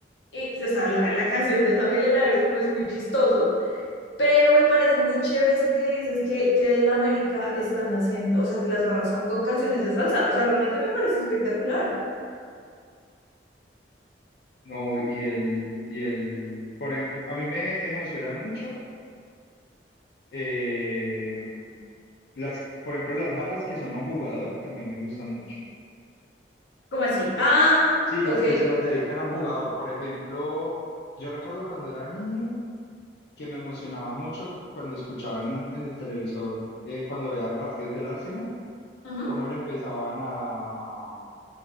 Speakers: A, on the left (about 80°); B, on the left (about 60°).
A: Y, o sea, la, la canción de Sammy el heladero es como es muy chistoso. Pero me parece muy chévere eso que dices, que, que del América están haciendo, o sea, que las barras son con canciones de salsa, o sea, realmente me parece espectacular.
B: No, y el, y el, por ejemplo, a mí me emociona mucho, eh, las, por ejemplo, las barras que son a un jugador también me gustan mucho.
A: ¿Cómo así? Ah,
B: Sí, las
A: ok.
B: que se las dedican a un jugador. Por ejemplo, yo recuerdo cuando era niño que me emocionaba mucho cuando escuchaba en, en el televisor, eh, cuando veía partidos del Arsenal
A: ujú.
B: cómo le empezaban a,